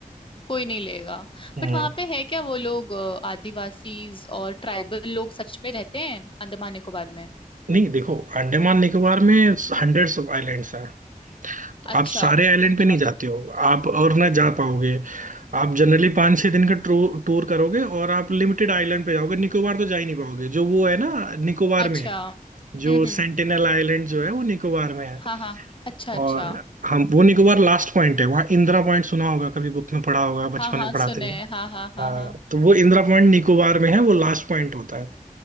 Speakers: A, on the left (about 35°); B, on the right (about 65°).
A: कोई नहीं लेगा
B: हम्म
A: बट वहां पे है क्या वो लोग अ, आदिवासीज और ट्राइबल लोग सच में रहते हैं अंडमान निकोबार में
B: नहीं देखो अंडमान निकोबार में हंड्रेड्स ऑफ आइलैंड्स हैं
A: अच्छा
B: आप सारे आइलैंड
A: अच्छा
B: पे नहीं
A: अच्छा
B: जाते हो आप और ना जा पाओगे आप जनरली पाँच छह दिन का टूर टूर करोगे और आप लिमिटेड आइलैंड पे जाओगे निकोबार तो जा ही नहीं पाओगे जो वो है ना निकोबार
A: अच्छा
B: में है
A: हम्म
B: जो
A: हम्म
B: सेंटिनल आइलैंड जो है वो निकोबार में है
A: हाँ हाँ अच्छा अच्छा
B: और हम वो निकोबार लास्ट पॉइंट है वहाँ इंदिरा पॉइंट सुना होगा कभी बुक में पढ़ा होगा बचपन
A: हाँ हाँ
B: में पढ़ाते
A: सुने
B: थे
A: हैं, हाँ हाँ हाँ
B: हाँ
A: हाँ
B: तो वो इंदिरा पॉइंट निकोबार में है वो लास्ट पॉइंट होता है